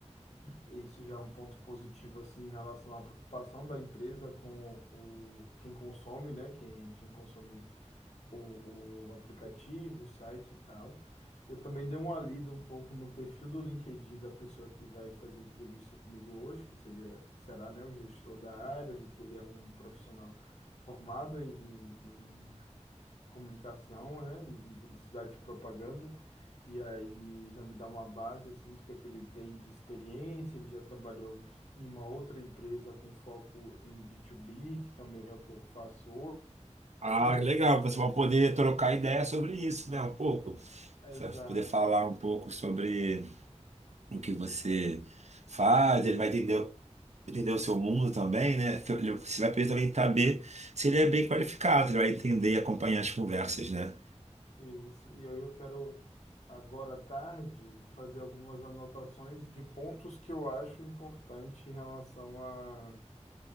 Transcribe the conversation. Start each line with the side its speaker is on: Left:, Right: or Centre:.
Left: e Isso já é um ponto positivo assim em relação à preocupação da empresa com o quem consome, né? Quem, quem consome o, o aplicativo, o site e tal. Eu também dei uma lida um pouco no perfil do LinkedIn da pessoa que vai fazer entrevista comigo hoje, que seria, será, né, o gestor da área, vi que ele é um profissional formado em, em, em comunicação, né, em, em publicidade e propaganda, e aí já me dá uma base assim do que é que ele tem de experiência, ele já trabalhou em uma outra empresa com foco em B2B, que também é o que eu faço
Right: Ah,
Left: hoje,
Right: legal.
Left: acho que ele tem
Right: Você
Left: essa
Right: vai poder
Left: conexão.
Right: trocar ideia sobre isso, né? Um pouco.
Left: Exato,
Right: Você vai poder falar um pouco sobre o que você faz. Ele vai entender, entender o seu mundo também, né? Ele- Você vai poder também saber se ele é bem qualificado. Ele vai entender e acompanhar as conversas, né?
Left: isso. E aí eu quero agora à tarde fazer algumas anotações de pontos que eu acho importante em relação a